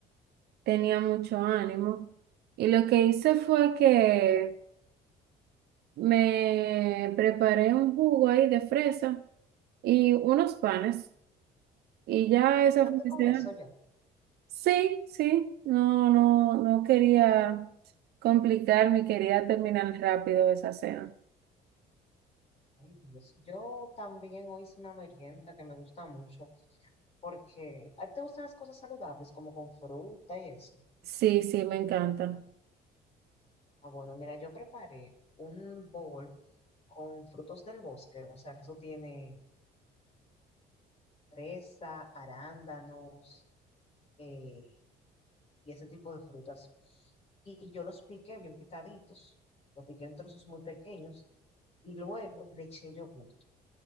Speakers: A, on the right; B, on the left.
A: tenía mucho ánimo. Y lo que hice fue que me preparé un jugo ahí de fresa y unos panes. Y ya esa
B: ¿Cenaste
A: fue mi
B: con
A: cena.
B: eso ya?
A: Sí, sí, no, no, no quería complicarme, quería terminar rápido esa cena.
B: Ay, Dios. Yo también hoy hice una merienda que me gusta mucho porque a ti te gustan las cosas saludables, como con fruta y eso.
A: Sí, sí, me encanta.
B: Ah, bueno, mira, yo preparé un bowl con frutos del bosque, o sea, que eso tiene fresa, arándanos eh, y ese tipo de frutas. Y yo los piqué bien picaditos, los piqué en trozos muy pequeños y luego le eché yogur. O